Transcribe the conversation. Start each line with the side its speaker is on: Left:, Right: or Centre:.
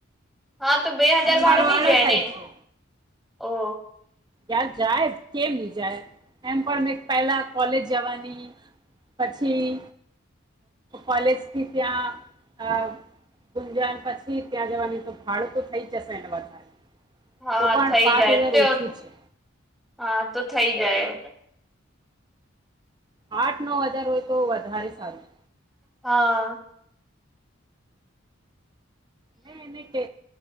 Centre: હા તો બે હાજાર
Right: અચ્છારવાડા
Centre: ભાડુંની જાય
Right: સાઈડ
Centre: ને
Right: છે
Centre: ઓ
Right: યાર જાય કેમની જાય એમ પણ મેં પહેલા કોલેજ જવાની પછી કોલેજથી ત્યાં અ ગુંજન પછી ત્યાં જવાની તો ભાડું તો થઈ જશે એને વધારે
Centre: હા
Right: તો પણ
Centre: થઈ
Right: પાંચ
Centre: જાય
Right: હજાર
Centre: તે
Right: ઓછું છે.
Centre: હા તો થઈ જાય
Right: આઠ નવ હજાર હોય તો વધારે સારું
Centre: હા.
Right: ને એને કે